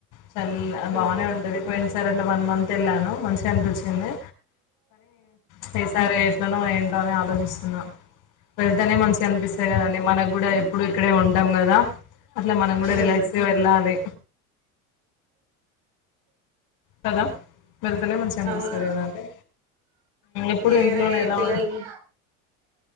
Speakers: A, on the left; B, on the right.
A: చల్ బానే
B: ఉమ్ ఉమ్
A: ఉంటది పోయిన సార్ అట్లా వన్ మంత్ వెళ్ళాను మంచిగా అనిపిచ్చింది పైసా రే ఎట్లనో ఏమో ఆలోచిస్తున్నా వెళ్తేనే మంచిగా అనిపిస్తాయి కదండి మనకు కూడా ఎప్పుడు ఇక్కడే ఉంటాం కదా అట్లా మనం కూడా రిలాక్స్
B: ఉమ్
A: గా వెళ్ళాలి కదా వెళ్తేనే మంచిగా అనిపిస్తుంది
B: అవును
A: కదా అంటే ఎప్పుడు
B: ఏ
A: ఇంట్లోనే
B: ఏ
A: ఎలా
B: పిల్లలు
A: ఉంటా